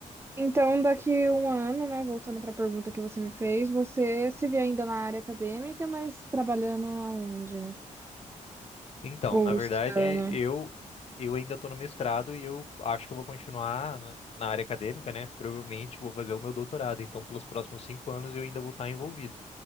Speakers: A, on the right; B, on the left.
A: então daqui um ano, né, voltando para a pergunta que você me fez, você se vê ainda na área acadêmica, mas trabalhando aonde?
B: Então,
A: Ou
B: na verdade,
A: estudando?
B: eu eu ainda estou no mestrado e eu acho que eu vou continuar na na área acadêmica, né? Provavelmente vou fazer o meu doutorado. Então, pelos próximos cinco anos, eu ainda vou estar envolvido.